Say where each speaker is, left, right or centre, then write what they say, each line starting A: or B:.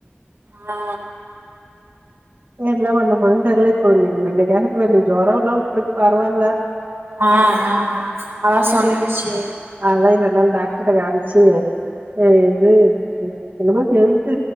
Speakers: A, on the right; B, on the right.
A: ஆ
B: ஏ என்ன பண்ண போதுன் தெர்ல இப்ப இன் இன்னைக்காக கொஞ்சோ ஜொரோல்லா உட்டுருக்கு பரவாயில்ல
A: ஆ ஆ ஆ அதா சொல்லுன்ச்சி
B: அதலா இல்லன்னா டாக்டர்ட்ட காமிச்சு அ இது என்னமோ ஹெல்த்து